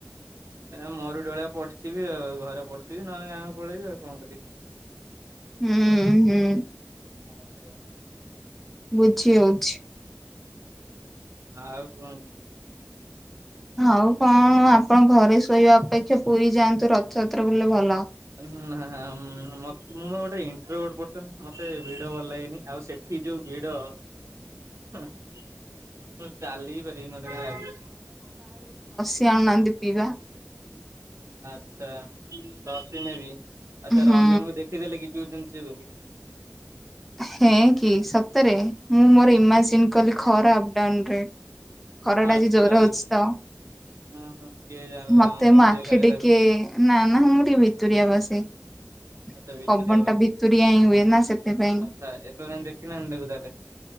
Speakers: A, on the right; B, in the centre.
A: ମରୁଡି ଭଳିଆ ପଡ଼ିଥିବି ଆଉ ଘରେ ପଡୁଥିବି ନହେଲେ ଗାଁକୁ ପଳେଇବି ଆଉ କଣ କରିବି।
B: ଉୁଁ ହୁଁ।
A: ହଁ କୁହ।
B: ବୁଝିହଉଛି।
A: ଆଉ କଣ?
B: ଆଉ କଣ ଆପଣ ଘରେ ଶୋଇବା ଅପେକ୍ଷା ପୁରୀ ଯାଆନ୍ତୁ ରଥଯାତ୍ରା ବୁଲିଲେ ଭଲ।
A: <unintelligible> ମତେ ଭିଡି ଭଲ ଲାଗେନି ଆଉ ସେ ଇ ଯୋଉ ଭିଡ ହୁଁ, ଉଁ ଚାଲି ପାରିବିନି ମତେ କା ଲାଗ୍
B: <unintelligible> ନ୍ତିିପିବା
A: ଆଛା, ଲସି ନେବି, ଆଛା
B: ହୁଁ
A: ରଞ୍ଜନକୁ ଦେଖିଦେଲେ କି ପିଉଛନ୍ତି। ସେ ବୋଲି
B: ହେଁ କି ସତରେ, ମୁଁ ମୋର ଇମାଜିନ୍ କଲି ଖରା ଅପଡାଉନରେ ଖରାଟା
A: ଆଚ୍ଛା
B: ଆଜି ଜୋର ହଉଚି ତ
A: ହଁ ହଁ କିଏ ଜାଣିଲା
B: ମତେ
A: ଅନଉଥିବେ
B: ମୋ ଆଖି
A: ଖାଲି
B: ଟିକେ
A: ତାକୁ।
B: ନା ନା ମୁଁ ଟିକେ ଭିତୁୁରଆ ବସେ। <inaudible>
A: ଆଚ୍ଛା ଭିତରିଆ
B: ପବନ୍
A: ବଦନ
B: ଟା ଭିତୁରିଆ ଇଁ ହୁଏ ନା, ସେଥିପାଇଁ
A: ଆଚ୍ଛା ଏପର୍ଯ୍ୟନ୍ତ ଦେଖିନାହାନ୍ତି ତାକୁ ତାହେଲେ